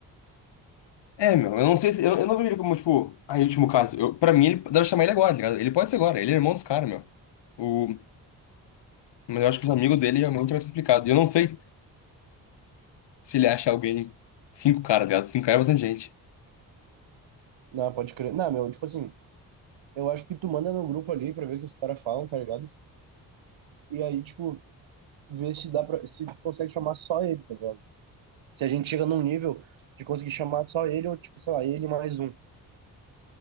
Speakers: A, on the left; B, on the right.
A: É, meu, eu não sei se. Eu, eu não vejo ele como, tipo, ah, em último caso. Eu, pra mim, ele deve chamar ele agora, tá ligado? Ele pode ser agora, ele é irmão dos caras, meu. O, mas eu acho que os amigos dele realmente é mais complicado. E eu não sei se ele acha alguém. Cinco caras, tá ligado? Cinco caras é bastante gente.
B: Não, pode crer. Não, meu, tipo assim, eu acho que tu manda no grupo ali pra ver o que os caras falam, tá ligado? E aí, tipo, ver se dá pra, se tu consegue chamar só ele, tá ligado? Se a gente chega num nível de conseguir chamar só ele, ou tipo, sei lá, ele mais um.